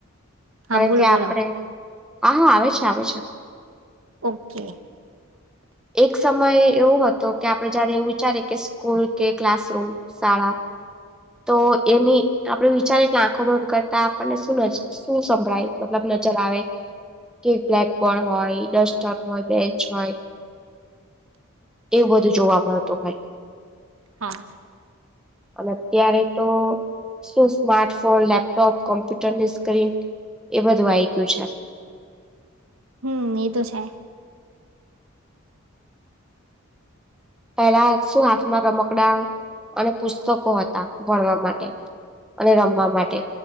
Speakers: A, on the right (about 75°); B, in the centre.
A: હા
B: કારણ
A: બોલો
B: કે
A: બોલો
B: આપડે હા હા આવે છે આવે છે.
A: ઓકે.
B: એક સમય એવો હતો કે આપરે જયારે એવું વિચારે કે સ્કૂલ કે ક્લાસરૂમ, શાળા. તો એની આપરે વિચારે કે આંખો બંધ કરતા આપણને શું શું સંભળાય મતલબ આવે કે બ્લેકબોર્ડ હોય ડસ્ટર હોય, બેન્ચ હોય. એવું બધું જોવા મળતું હોય.
A: હા.
B: અને અત્યારે તો શું સ્માર્ટફોન, લેપટોપ, કોમ્પ્યુટરની સ્ક્રીન એ બધું આયી ગયું છે. <inaudible>
A: હમ્મ એતો છે.
B: પેલા શું હાથમાં રમકડા અને પુસ્તકો હતા ભણવા માટે. અને રમવા માટે.